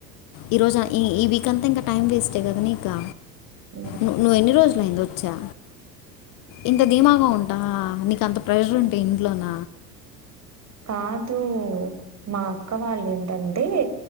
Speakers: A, on the left; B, on the right.
A: ఈ రోజు ఈ వీక్ అంతా ఇ టైమ్ వేస్ నీకా
B: ఆ
A: నువు నువ్వు ఎన్ని రోజులు అయింద వచ్చా ఇంత ధీమాగా ఉంటా నీక అంత ప్రెషర్ ఉంటే ఇంట్లోన
B: కాదు మా అక్క వాళ్ళు ఏంటంటే